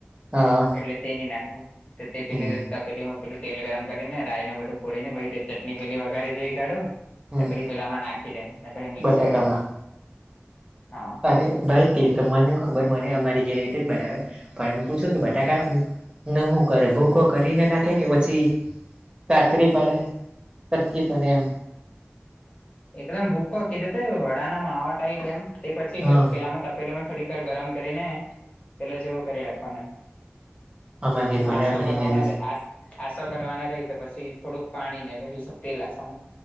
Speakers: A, on the right (about 20°); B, on the left (about 30°).
A: હા
B: એટલે તે નઈ નાખું તે પે
A: હમ
B: પેલીું પેલું તેલ ગરમ કરીને રાય ને બધું ફોડીને ચટણી પેલી વગરે જેઈ કાઢુ
A: હમ
B: પછી પેલામાં નાખી દેમ પછી મિક્સ
A: બટાકામાં
B: કરી ના હા
A: અરે બા જ કએ તો મને ખબર મને અમારી રેરેટ જ બનાવે પણ એમ પૂછુ કે બટાકા નું કરે ભૂકો કરીને લખે કે પછી સાત્રી પડે કતવી પડે એમ
B: એકદમ ભૂકો કીધુ, ત વડાના માવ ટાઈપ એમ તે પછી
A: હા
B: પેલામા પેલો થોડીકર ગરમ કરીને પેલો જેવો કરી રાખવાનો
A: આમા ઘેર
B: નાશો
A: બનાવે પણ
B: કરવાનો
A: એને
B: ર આ આસો કરવાના રહી તો પછી થોડુંક પાણી ને પછ તેલસા